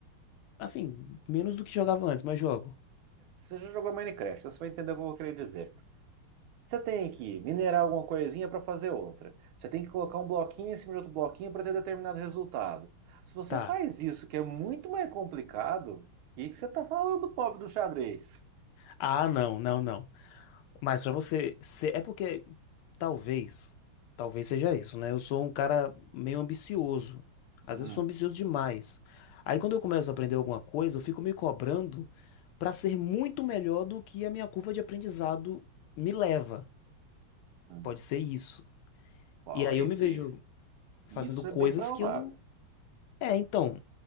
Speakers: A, on the left; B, on the right.
A: Assim, menos do que jogava antes, mas jogo.
B: Você já jogou Minecraft, então você vai entender o que eu vou querer dizer. Você tem que minerar alguma coisinha para fazer outra. Você tem que colocar um bloquinho em cima de outro bloquinho para ter determinado resultado. Se você
A: Tá.
B: faz isso, que é muito mais complicado, o que que você está falando, pobre do xadrez?
A: Ah, não, não, não. Mas pra você ser, é porque talvez, talvez seja isso, né? Eu sou um cara meio ambicioso. Às
B: Hum,
A: vezes eu sou ambicioso demais. Aí quando eu começo a aprender alguma coisa, eu fico me cobrando pra ser muito melhor do que a minha curva de aprendizado me leva.
B: hum.
A: Pode ser isso.
B: Ó,
A: E aí
B: isso,
A: eu me vejo
B: Isso
A: fazendo coisas
B: é bem provável.
A: que eu não. É, então,